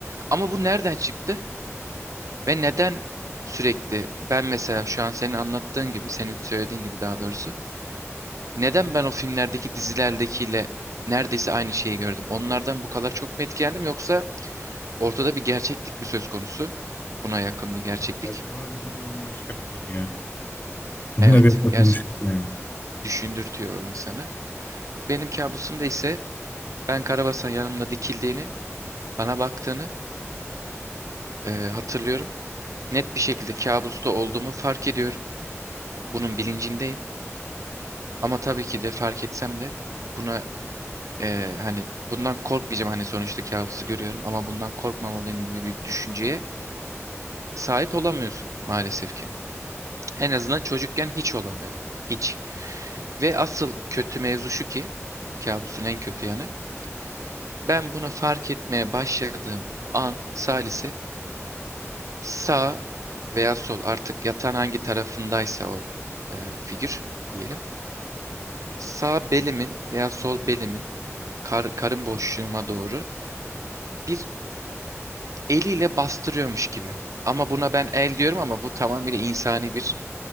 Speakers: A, on the right; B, on the left.
A: Ama bu nereden çıktı ve neden sürekli ben mesela şu an senin anlattığın gibi, senin söylediğin gibi daha doğrusu neden ben o filmlerdeki dizilerdekiyle neredeyse aynı şeyi gördüm? Onlardan bu kadar çok mu etkilendim yoksa ortada bir gerçeklik mi söz konusu? Buna yakın bir gerçeklik.
B: Evet, bu harbiden bambaşka bir konu ya. Bunu
A: Evet,
B: da bir
A: gerçekten
B: konuştuk yani.
A: düşündürtüyor o insanı. Benim kabusumda ise ben Karabasan yanımda dikildiğini, bana baktığını e, hatırlıyorum. Net bir şekilde kabusta olduğumu fark ediyorum. Bunun bilincindeyim. Ama tabii ki de fark etsem de buna eee, hani bundan korkmayacağım. Hani sonuçta kabusu görüyorum ama bundan korkmamalıyım gibi bir düşünceye sahip olamıyorsun maalesef ki. En azından çocukken hiç olamıyordum. Hiç. Ve asıl kötü mevzu şu ki kabusun en kötü yanı. Ben bunu fark etmeye başladığım an Salise sağ veya sol artık yatan hangi tarafındaysa o eee, figür diyelim sağ belimin veya sol belimin kar- karın boşluğuma doğru bir eliyle bastırıyormuş gibi. Ama buna ben el diyorum ama bu tamamıyla insani bir